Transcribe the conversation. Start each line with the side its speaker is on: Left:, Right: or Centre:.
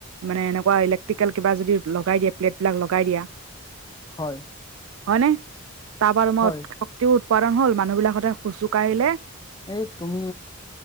Right: মানে এনেকুৱা ইলেক্ট্ৰিকেল কিবা যদি লগাই দিয়ে, প্লেটবিলাক লগাই দিয়া।
Left: হয়।
Right: হয় নে? তাৰপৰা ৰোমত
Left: হয়
Right: টিও উৎপাদন হ'ল, মানুহ বিলাক সদায় খোজোঁ কাঢ়িলে।
Left: এই তুমি,